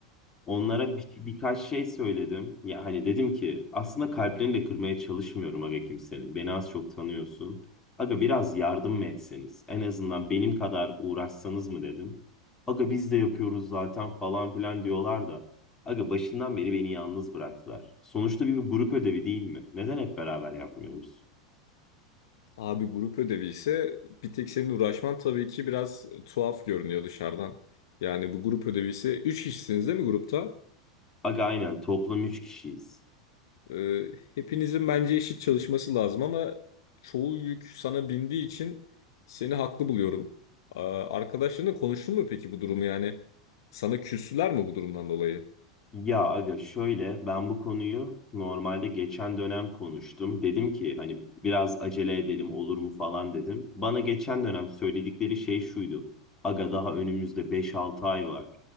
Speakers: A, on the left (about 20°); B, on the left (about 65°).
A: Onlara bir, birkaç şey söyledim. Ya hani dedim ki aslında kalplerini de kırmaya çalışmıyorum aga kimsenin. Beni az çok tanıyorsun. Aga biraz yardım mı etseniz? En azından benim kadar uğraşsanız mı dedim. Aga biz de yapıyoruz zaten falan filan diyorlar da. Aga başından beri beni yalnız bıraktılar. Sonuçta bir, bir grup ödevi değil mi? Neden hep beraber yapmıyoruz?
B: Abi grup ödevi ise bir tek senin uğraşman tabii ki biraz tuhaf görünüyor dışarıdan. Yani bu grup ödevi ise 3 kişisiniz değil mi grupta?
A: Aga aynen toplam 3 kişiyiz.
B: Ee, hepinizin bence eşit çalışması lazım ama çoğu yük sana bindiği için seni haklı buluyorum. Aa, arkadaşlarınla konuştun mu peki bu durumu yani? Sana küstüler mi bu durumdan dolayı?
A: Ya aga şöyle ben bu konuyu normalde geçen dönem konuştum. Dedim ki hani biraz acele edelim olur mu falan dedim. Bana geçen dönem söyledikleri şey şuydu. Aga daha önümüzde beş altı ay var.